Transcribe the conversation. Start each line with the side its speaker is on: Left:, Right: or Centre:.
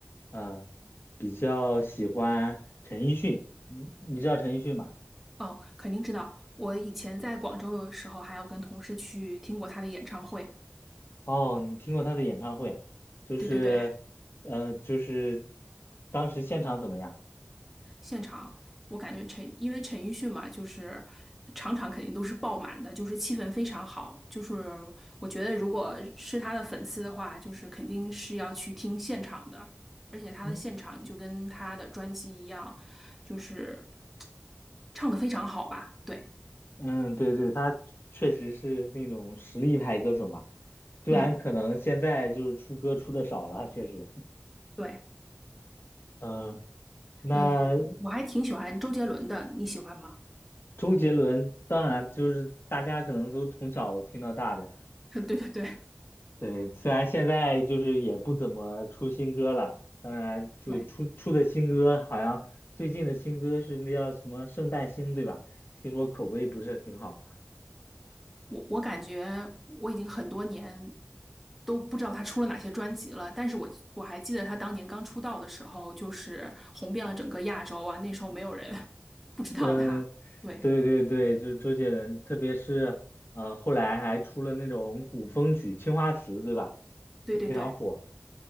Left: 嗯，比较喜欢陈奕迅。你你知道陈奕迅吗？
Centre: <laughs> 哦，肯定知道，我以前在广州的时候，还有跟同事去听过他的演唱会。
Left: 哦，你听过他的演唱会？就是，
Centre: 对对对。
Left: 嗯，就是当时现场怎么样？
Centre: 现场，我感觉陈，因为陈奕迅嘛，就是场场肯定都是爆满的，就是气氛非常好。就是我觉得，如果是他的粉丝的话，就是肯定是要去听现场的，而且他的现场就跟他的专辑一样，
Left: 嗯
Centre: 就是唱的非常好吧？对，
Left: 嗯，对对，他确实是那种实力派歌手嘛。虽然可能现在就是出歌出的少了，
Centre: 嗯，
Left: 确实。
Centre: 对，
Left: 嗯、那
Centre: 嗯，我还挺喜欢周杰伦的，你喜欢吗？
Left: 周杰伦当然就是大家可能都从小听到大的，
Centre: <laughs> 对对对
Left: 对，虽然现在就是也不怎么出新歌了，当然就出出的新歌好像最近的新歌是那叫什么《圣诞星》对吧？
Centre: 对。
Left: 听说口碑不是挺好。
Centre: 我我感觉我已经很多年都不知道他出了哪些专辑了，但是我我还记得他当年刚出道的时候，就是红遍了整个亚洲啊，那时候没有人 <laughs> 不知道他。
Left: 嗯，
Centre: 对
Left: 对对对，就是周杰伦，特别是呃后来还出了那种古风曲《青花瓷》对吧？
Centre: 对对对
Left: 也非常火。